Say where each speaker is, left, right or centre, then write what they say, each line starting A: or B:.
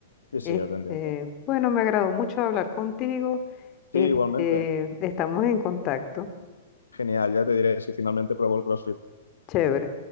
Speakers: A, on the left; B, on the left.
A: Sí, sí,
B: Este,
A: ya te entiendo.
B: bueno, me agradó mucho hablar contigo. Este,
A: Sí, igualmente.
B: estamos en contacto.
A: Genial, ya te diré si finalmente pruebo el CrossFit.
B: Chévere.